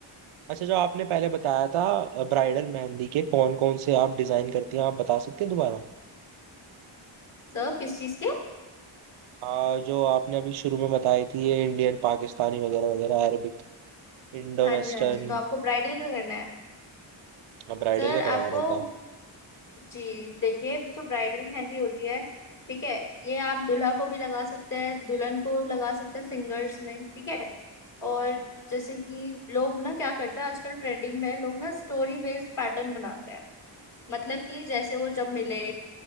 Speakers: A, on the right (about 90°); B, on the left (about 40°).
A: अच्छा जो आपने पहले बताया था ब्राइडल मेहंदी के कौन कौन से आप डिजाइन करती हैं आप बता सकते हैं दोबारा
B: सर किस चीज़ के
A: आ, जो आपने अभी शुरू में बताई थी ये इंडियन पाकिस्तानी वगैरह वगैरह अरबिक इंडो
B: हाँ
A: वेस्टर्न
B: जी हाँ जी तो आपको ब्राइडल का करना है
A: हाँ ब्राइडल
B: सर
A: का करवाना
B: आपको
A: था
B: जी देखिए जो ब्राइडल मेहंदी होती है ठीक है ये आप दूल्हा को भी लगा सकते हैं दुल्हन को लगा सकते हैं फिंगर्स में ठीक है और जैसे कि लोग ना क्या करते हैं आजकल ट्रेंडिंग में लोग ना स्टोरी बेस्ड पैटर्न बनाते हैं मतलब कि जैसे वो जब मिले